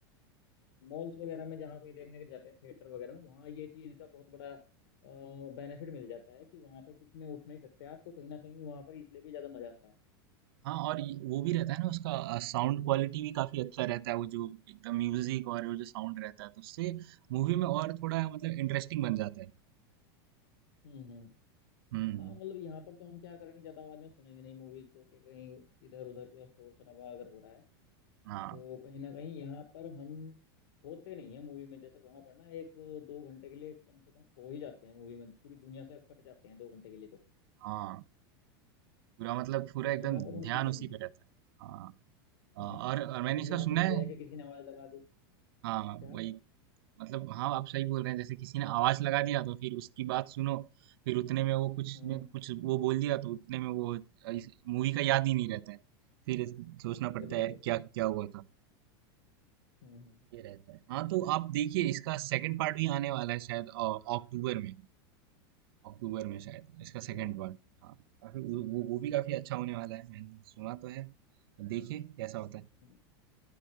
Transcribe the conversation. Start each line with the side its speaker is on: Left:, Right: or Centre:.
Left: मॉल्स वगैरह में जहाँ कहीं देखने के जाते हैं थिएटर वगैरह में वहाँ ये चीज़ का बहुत बड़ा बेनिफिट मिल जाता है कि वहाँ पे बीच में उठ नहीं सकते आप तो कहीं ना कहीं वहाँ पर इसलिए भी ज़्यादा मजा आता है
Right: हाँ और ये- वो भी रहता है ना उसका साउंड क्वालिटी भी काफी अच्छा रहता है वो जो एकदम म्यूजिक और वो जो साउंड रहता है तो उससे मूवी में और थोड़ा मतलब इंटरेस्टिंग बन जाता है
Left: हम्म हम्म
Right: हम्म
Left: हाँ मतलब यहाँ पर तो हम क्या करेंगे ज़्यादा आवाज़ में सुनेंगे नहीं मूवीज को कि कहीं इधर उधर या शोर शराबा अगर हो रहा है
Right: हाँ
Left: तो कहीं ना कहीं यहाँ पर हम होते नहीं है मूवी में जैसे वहाँ पर ना एक दो घंटे के लिए कम से कम खो ही जाते हैं मूवी में पूरी दुनिया से कट जाते हैं दो घंटे के लिए तो
Right: हाँ पूरा मतलब पूरा
Left: और
Right: एकदम
Left: यहाँ पर वो
Right: ध्यान
Left: चीज़ें
Right: उसी
Left: नहीं है
Right: पे रहता है हाँ अ,
Left: हम्म
Right: और, और मैंने
Left: और
Right: इसका
Left: यहाँ
Right: सुना
Left: पर ये
Right: है
Left: है कि किसी ने आवाज़ लगा दी
Right: हाँ
Left: क्या
Right: वही मतलब हाँ आप सही बोल रहे हैं जैसे किसी ने आवाज लगा दिया तो फिर उसकी बात सुनो फिर उतने में वो कुछ
Left: हम्म
Right: ने कुछ वो बोल दिया तो उतने में वो इस मूवी का याद ही नहीं रहता है फिर इस- सोचना पड़ता
Left: बिल्कुल
Right: है
Left: बिल्कुल
Right: यार क्या क्या हुआ था
Left: हम्म हम्म,
Right: ये रहता है हाँ तो आप देखिए इसका सेकंड पार्ट भी आने वाला है शायद अ, अक्टूबर में अक्टूबर में शायद इसका
Left: अच्छा
Right: सेकंड पार्ट हाँ काफी वो वो वो भी काफी अच्छा होने वाला है मैंने सुना तो है देखिए कैसा होता है
Left: हम्म।